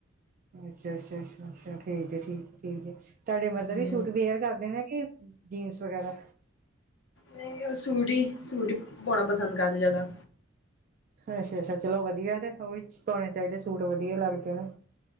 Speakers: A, on the right; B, on the left.
A: ਅੱਛਾ- ਅੱਛਾ -ਅੱਛਾ ਠੀਕ ਹੈ ਠੀਕ ਹੈ ਠੀਕ ਏ ਤਾਡੇ ਮਦਰ
B: ਹਾਂਜੀ।
A: ਹੀ ਸੂਟ ਵੇਅਰ ਕਰਦੇ ਨੇ ਕਿ ਜੀਨਸ ਵਗੈਰਾ
B: ਨਹੀਂ ਉਹ ਸੂਡੀ, ਸੂਟ ਹੀ ਪਾਉਣਾ ਪਸੰਦ ਕਰਦੇ ਜ਼ਿਆਦਾ
A: ਅੱਛਾ- ਅੱਛਾ ਚਲੋ ਵਧੀਆ ਤੇ, ਉਹ ਵੀ ਪਾਉਣੇ ਚਾਹੀਦੇ ਸੂਟ ਵਧੀਆ ਲੱਗਦੇ ਨੇ।